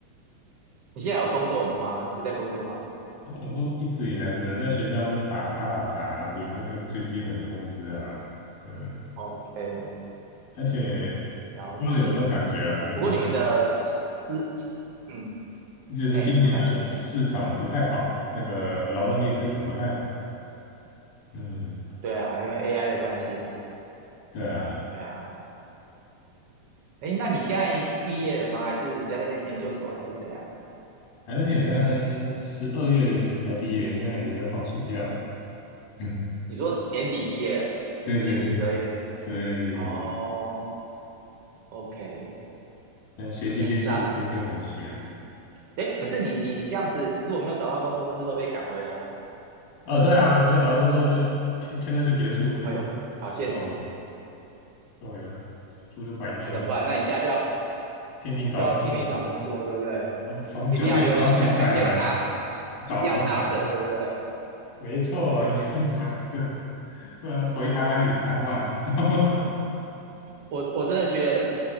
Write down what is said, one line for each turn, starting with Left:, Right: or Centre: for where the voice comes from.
Right: 你现在有工作吗？有在工作吗
Left: 我都一直以来只能在学校打打打杂，领那个最基本的工资啊。嗯，
Right: ？OK，
Left: 而且
Right: 了解。
Left: 不知道有没有感觉啦？你们听
Right: 不过你们的私，嗯，
Left: 这就是今年的市场不太好，
Right: 哎，什么感觉？嘿
Left: 那个劳动力市场不太好。嗯，
Right: 对啊，因为 AI 的关系啊，
Left: 对啊，
Right: 对啊。哎，那你现在毕业了吗？还是你在那念研究所，还是怎样？
Left: 反正你也在十二月才毕业，现在已经在放暑假了。<laughs>
Right: 你说年底毕业啊？
Left: 对对对，
Right: 年底十二月？
Left: 十二月毕业，
Right: 哦，OK，
Left: 但学习接触所以就很闲。
Right: 念商。哎，可是你你你这样子，如果没有找到工作，是会被赶回来。
Left: 哦，对啊，没找到工作就签签证就结束了就
Right: 哎呦，好现实啊！
Left: 走了我，对呀，书就白念了，
Right: 那怎么办？那你现在就要
Left: 拼命找工作。
Right: 就要拼命找工作，对不对？
Left: 我从九月找到现在了欸
Right: 一定要留下来一定要答，
Left: 找好久。
Right: 一定要答正，对不对？
Left: 没错，要打针，不然回台湾领三万。
Right: 哦
Left: <laughs>
Right: 我我真的觉得